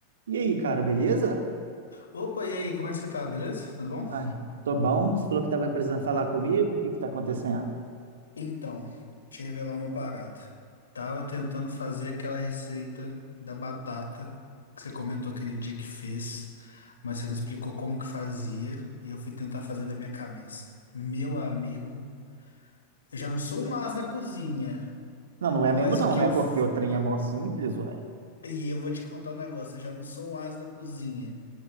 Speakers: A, on the right; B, on the left.
A: E aí, cara, beleza?
B: Opa, e aí, como é que você tá? Beleza? Tudo bom?
A: Ai, tô bom. Você falou que tava precisando falar comigo. O que que tá acontecendo?
B: Então, te revelar uma parada. Tava tentando fazer aquela receita da batata que você comentou aquele dia que fez, mas você não explicou como que fazia e eu fui tentar fazer da minha cabeça. Meu amigo, eu já não sou um as na cozinha,
A: Não, não é mesmo
B: mas
A: não,
B: o que
A: né?
B: eu
A: Porque
B: fi...
A: o trem é mó simples, ué.
B: E eu vou te contar um negócio, eu já não sou um as na cozinha.